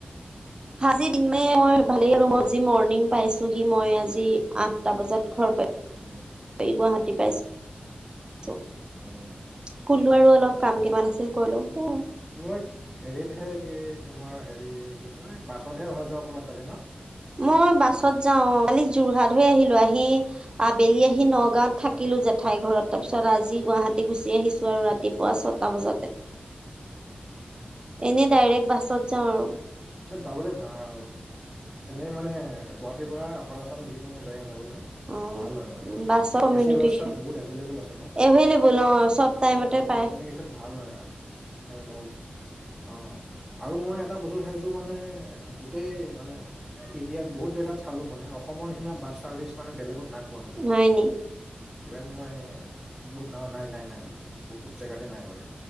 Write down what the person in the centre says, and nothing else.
অ
অ
অ
হয়
উম
উম
মই হেৰিতহে কি তোমাৰ হেৰি কি কয় বাছতহে অহা যোৱা কৰা চাগে ন
অ
তাত যাবলে ভাল এনেই মানে গুৱাহাটীৰ আপাৰ আছাম যিকোনো জেগাত যাবলৈ
ভাল হয় মানে
এ চি বাছ তাত বহুত এভেইলেবল আছে ন
ক
কমিউনিকেশ্যন ভাল হয় অ তাত যাবলে আৰু মই এটা বস্তু চাইছো মানে গোটেই মানে ইণ্ডিয়াত বহুত জেগাত চালো মানে অসমৰ নিচিনা বাছ চাৰ্ভিচ মান বেলেগত নাই পোৱা মানে
ইভেন মই বহুত নাই নাই নাই বহুত জেগাতে নাই মানে